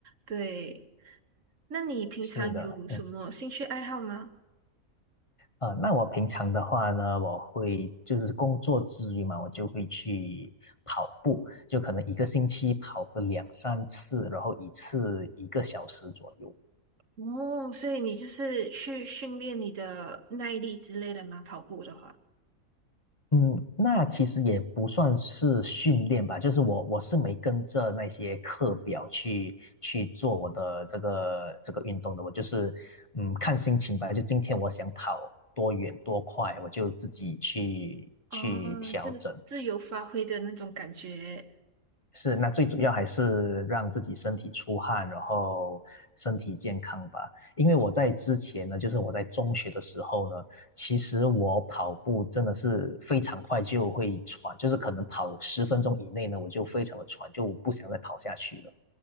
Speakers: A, on the right; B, on the left.
A: 对，那你平常有什么兴趣爱好吗？
B: 是的，呃，那我平常的话呢，我会就是工作之余嘛，我就会去跑步，就可能一个星期跑个两三次，然后一次一个小时左右。
A: 哦，所以你就是去训练你的耐力之类的吗？跑步的话，
B: 嗯，那其实也不算是训练吧，就是我我是没跟着那些课表去去做我的这个这个运动的，我就是嗯看心情吧，就今天我想跑多远多快，我就自己去去调整。
A: 哦，就是自由发挥的那种感觉。
B: 是，那最主要还是让自己身体出汗，然后身体健康吧。因为我在之前呢，就是我在中学的时候呢，其实我跑步真的是非常快就会喘，就是可能跑十分钟以内呢，我就非常的喘，就不想再跑下去了。